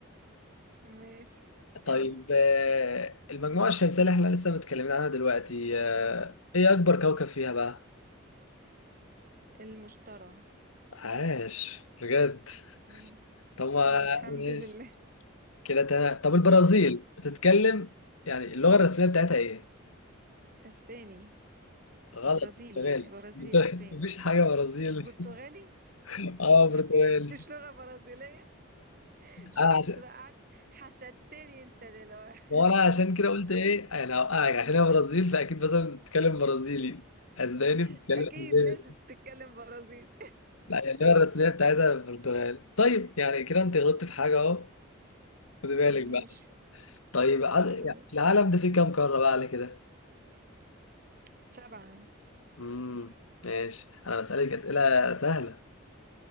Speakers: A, on the right; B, on the left.
A: <laughs> ماشي يلا
B: طيب آه، المجموعه الشمسيه اللي احنا لسه متكلمين عنها دلوقتي آه، ايه اكبر كوكب فيها بقى
A: المشترى
B: عاش بجد
A: مم.
B: طب ما
A: طب الحمد
B: ماشي
A: لله
B: كده تمام طب البرازيل بتتكلم يعني اللغة الرسمية بتاعتها ايه؟
A: اسباني
B: غلط
A: او برازيلي
B: برتغالي
A: يعني برازيلي
B: برتغالي.
A: اسباني
B: <laughs> مفيش حاجة برازيلي
A: ب- برتغالي
B: <laughs> اه برتغالي
A: <laughs> مفيش لغة برازيلية شفت
B: انا عشان
A: بقى قعدت حسدتني انت دلوقتي
B: ما هو انا عشان كده قلت ايه انا هوقعك عشان هي برازيل فاكيد مثلا بتتكلم برازيلي اسباني
A: <laughs>
B: بتتكلم
A: اكيد
B: اسباني
A: لازم تتكلم برازيلي
B: لا يعني اللغة الرسمية بتاعتها برتغالي طيب يعني كده انت غلطت في حاجة اهو خد بالك
A: ماشي
B: بقى طيب عد-
A: طيب
B: يعني العالم ده فيه كام قارة بقى على كده؟
A: سبعة
B: امم ماشي انا بسألك أسئلة سهلة